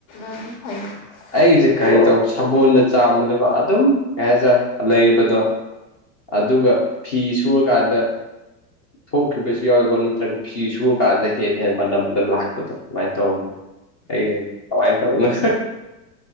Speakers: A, on the left; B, on the left.
A: ꯑꯗꯨꯝ ꯐꯩ
B: ꯑꯩꯖꯦ ꯀꯔꯤ
A: ꯇꯣ
B: ꯇꯧꯕ ꯁꯥꯄꯣꯝꯅ ꯆꯥꯝꯕꯖꯦꯀꯣ ꯑꯗꯨꯝ ꯀꯩ ꯍꯥꯏꯇꯔꯦ ꯂꯩꯕꯗꯣ ꯑꯗꯨꯒ ꯐꯤ ꯁꯨꯔꯀꯥꯟꯗ ꯊꯣꯛꯈꯤꯕꯁꯨ ꯌꯥꯎꯋꯦꯀꯣ ꯅꯠꯇ꯭ꯔꯒ ꯐꯤ ꯁꯨꯨꯔꯀꯥꯟꯗ ꯍꯦꯟꯅ ꯍꯦꯟꯅ ꯃꯅꯝꯗ ꯂꯥꯛꯄꯗꯣ ꯑꯗꯨꯃꯥꯏ ꯇꯧꯕꯅꯦ ꯑꯩ ꯑꯋꯥꯏ ꯇꯅ